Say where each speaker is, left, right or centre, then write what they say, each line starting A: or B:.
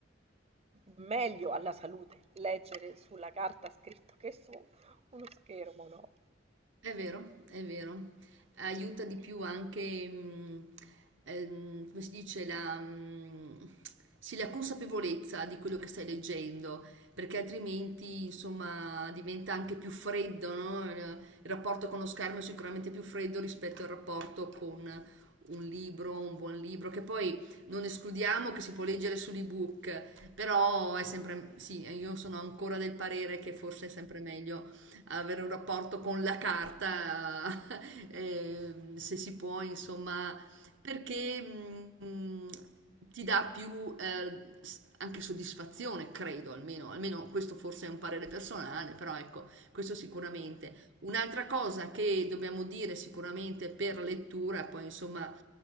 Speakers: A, on the right; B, on the right.
A: meglio alla salute leggere sulla carta scritto che su uno schermo, no?
B: È vero, è vero. Aiuta di più anche, mh, ehm, come si dice, la, mh, sì, la consapevolezza di quello che stai leggendo, perché altrimenti, insomma, diventa anche più freddo, no? Il, il rapporto con lo schermo è sicuramente più freddo rispetto al rapporto con un libro, un buon libro, che poi non escludiamo che si può leggere sull'ebook, però è sempre, sì, io sono ancora del parere che forse è sempre meglio avere un rapporto con la carta, <laughs> eh, se si può, insomma, perché mh, ti dà più eh, s- anche soddisfazione, credo, almeno, almeno questo forse è un parere personale, però ecco, questo sicuramente. Un'altra cosa che dobbiamo dire sicuramente per lettura, poi insomma,